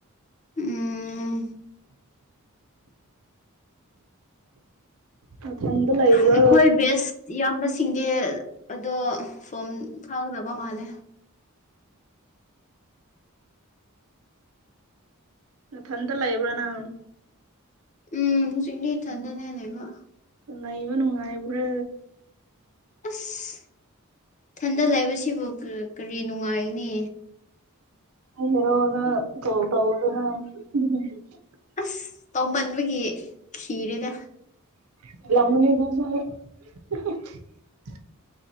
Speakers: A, on the left (about 35°); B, on the right (about 80°).
A: ꯎꯝ
B: ꯅꯊꯟꯗ ꯂꯩꯕ꯭ꯔꯣ
A: ꯑꯩꯈꯣꯏ ꯕꯦꯁ ꯏꯌꯥꯝꯕ ꯁꯤꯡꯗꯤ ꯑꯗꯣ ꯐꯣꯝ ꯊꯥꯒꯗ ꯕꯃꯥꯜꯂꯦ
B: ꯅꯊꯟꯗ ꯂꯩꯕ꯭ꯔꯥ ꯅꯪ
A: ꯎꯝ ꯍꯧꯖꯤꯛꯇꯤ ꯏꯊꯟꯗꯅꯦ ꯂꯩꯕ
B: ꯂꯩꯕ ꯅꯨꯡꯉꯥꯏꯕ꯭ꯔꯥ
A: ꯑꯁ ꯏꯊꯟꯗ ꯂꯩꯕꯁꯤꯕꯨ ꯀ ꯀꯔꯤ ꯅꯨꯡꯉꯥꯏꯒꯅꯤ
B: ꯅꯣꯏ ꯍꯦꯔꯣꯅ ꯀꯣꯜ ꯇꯧꯗꯅ <unintelligible>
A: ꯑꯁ ꯇꯧꯃꯟꯕꯒꯤ ꯈꯤꯔꯦꯅꯦ
B: <unintelligible>